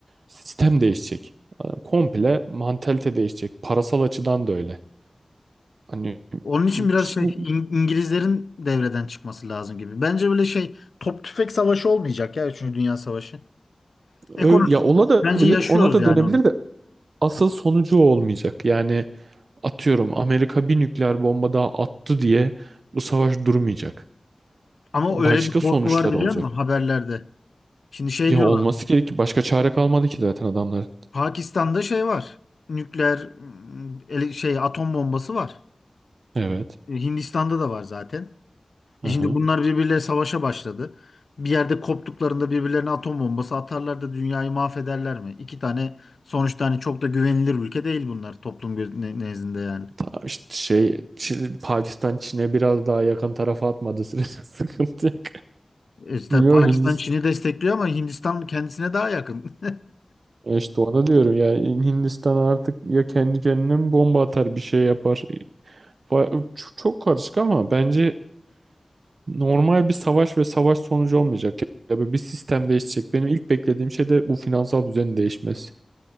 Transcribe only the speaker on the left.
Onun için biraz
şey
İng- İngilizlerin devreden çıkması lazım gibi. Bence böyle şey top tüfek savaşı olmayacak ya 3. Dünya Savaşı. Ekonomi.
Bence
yaşıyoruz
yani
onu.
Ama
öyle bir korku
var biliyor
musun haberlerde? Şimdi şey
diyorlar.
Pakistan'da şey var. Nükleer ım, ele- şey atom bombası var.
E, Hindistan'da da var zaten.
E şimdi bunlar birbirleriyle savaşa başladı. Bir yerde koptuklarında birbirlerine atom bombası atarlar da dünyayı mahvederler mi? İki tane sonuçta hani çok da güvenilir ülke değil bunlar toplum göz- ne- nezdinde yani.
E İşte
Pakistan
Çin'i destekliyor ama Hindistan kendisine daha yakın.